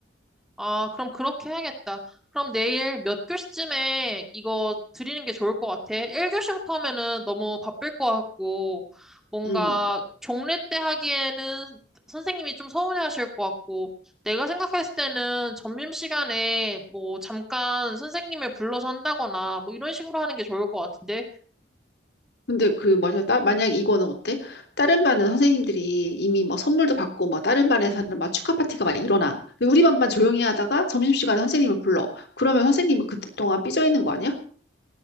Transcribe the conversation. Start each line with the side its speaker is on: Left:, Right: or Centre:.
Centre: 아, 그럼 그렇게 해야겠다. 그럼 내일 몇 교시쯤에 이거 드리는 게 좋을 것 같아. 1교시부터 하면은 너무 바쁠 것 같고, 뭔가
Left: 음.
Centre: 종례 때 하기에는 선생님이 좀 서운해 하실 것 같고, 내가 생각했을 때는 점심시간에 뭐 잠깐 선생님을 불러서 한다거나 뭐 이런 식으로 하는 게 좋을 것 같은데,
Left: 근데 그 만약 따, 만약 이거는 어때? 다른 반은 선생님들이 이미 뭐 선물도 받고 뭐 다른 반에서는 막 축하 파티가 막 일어나. 근데 우리 반만 조용히 하다가 점심시간에 선생님을 불러. 그러면 선생님은 그때 동안 삐져 있는 거 아니야?